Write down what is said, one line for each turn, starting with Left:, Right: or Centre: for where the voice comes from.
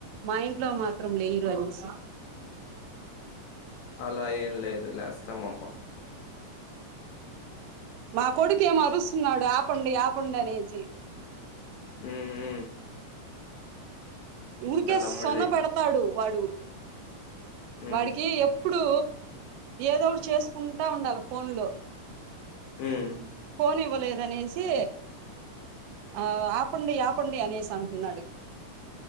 Right: మా ఇంట్లో మాత్రం లేరు అనేసి
Left: అలా ఏం లేదు లేస్తాం అమ్మ
Right: మా కొడుకెమో అరుస్తున్నాడు ఆపండి ఆపండి అనేసి
Left: మ్మ్ హు
Right: ఊరికే
Left: తమ్ముడిది?
Right: సొన్నబెడతాడు వాడు
Left: హ్మ్.
Right: వాడికి ఎప్పుడు ఏదో ఒకటి చేసుకుంటా ఉండాల ఫోన్ లో
Left: మ్మ్
Right: ఫోన్ ఇవ్వలేదనేసి ఆ ఆపండి ఆపండి అనేసి అంటున్నాడు